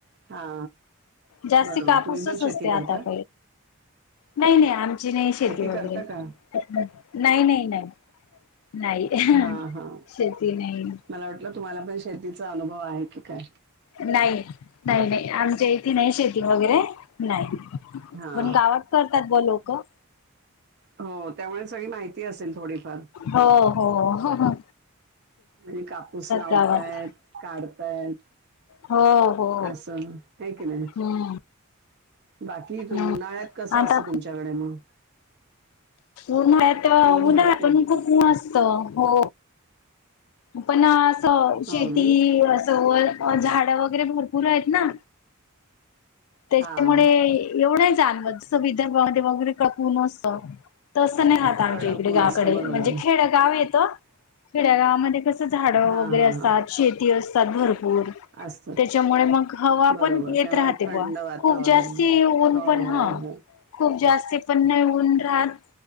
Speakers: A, on the right; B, on the left.
A: हा
B: जास्ती
A: बरोबर
B: कापूसच
A: तुम्ही पण शेती
B: असतंय
A: करता
B: आता <unintelligible> नाही नाही, आमची नाही शेती वगैरे.
A: करता का
B: नाही नाही नाही. नाही,
A: हा हा
B: शेती नाही.
A: मला वाटलं, तुम्हालापण शेतीचा अनुभव आहे की काय?
B: नाही, नाही नाही आम च्या इथं नाही शेती वगैरे नाही.
A: हा
B: पण गावात करतात ब लोकं
A: हो, त्यामुळे सगळी माहिती असेल थोडीफार?
B: हो हो, हो हो.
A: म्हणजे कापूस लावताय,
B: गावात.
A: काढतायत.
B: हो हो
A: असं हाय का नाही?
B: हम्म
A: बाकी इथं
B: हम्म.
A: उन्हाळ्यात कसं
B: आता
A: असतं तुमच्याकडे मग?
B: उन्हाळात
A: ऊन
B: उन्हाळ्यातून
A: भरपूर
B: खूप मस्त हो. पण असं
A: हो
B: शेती
A: ना?
B: असं वर झाडं वगैरे भरपूर आहेत ना. त्याच्यामुळे
A: हा
B: एवढं जाणवत, जसं विदर्भामध्ये वगैरे ककून असतं. तस नाही राहत आमच्या
A: कडक
B: इकडे
A: ऊन
B: गावाकडे.
A: असतं बरोबर.
B: म्हणजे खेडगाव येतं, खेड्यागावामध्ये कसं इथं झाड वगैरे
A: हा हा
B: असतात,
A: हा
B: शेती असतात भरपूर.
A: असतं.
B: त्याच्यामुळे मग हवापण
A: बरोबर
B: येत
A: त्यामुळे
B: राहते
A: थंड
B: बुवा.
A: वातावरण.
B: खूप जास्ती ऊनपण
A: हो
B: हा,
A: हो हो.
B: खूप जास्ती पण नाही ऊन राहत